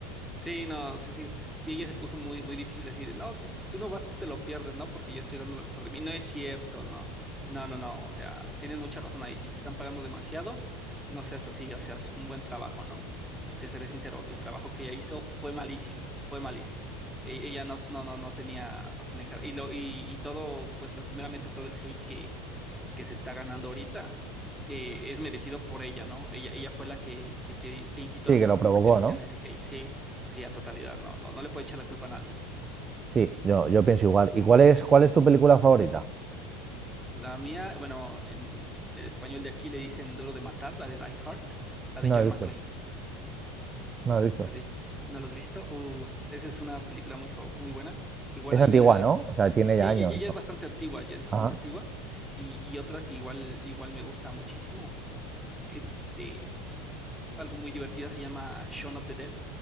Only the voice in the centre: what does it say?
Sí, no, sí, sí, sí, ella se puso muy, muy difícil así de, no, ti- si tú no vas, tú te lo pierdes, ¿no? Porque yo estoy dando lo mejor de mí. No es cierto, no, no, no, no, o sea, tienes mucha razón ahí. Si te están pagando demasiado, no seas así, o sea, es un buen trabajo, ¿no? Y te seré sincero, el trabajo que ella hizo fue malísimo, fue malísimo. E- ella no, no, no, no tenía, no tenía cara. Y lo, y, y todo, pues lastimeramente todo el hate que que se está ganando ahorita, eh, es merecido por ella, ¿no? Ella, ella fue la que, que, que, que incitó
a las
personas
a que decían
ese hate, sí, sí, a totalidad, no, no, no le puede echar la culpa a nadie.
La mía, bueno, en el español de aquí le dicen Duro de Matar, la de Die Hard, la
de John
McClane,
la de, ¿no la has visto? Uh, esa es una película muy, fa- muy buena. Igual
hay
una,
sí,
ya, ya- ya
es bastante antigua, ya es bastante
antigua, y, y otra que igual, igual me gusta muchísimo, es este... algo muy divertida, se llama Shaun of the Dead.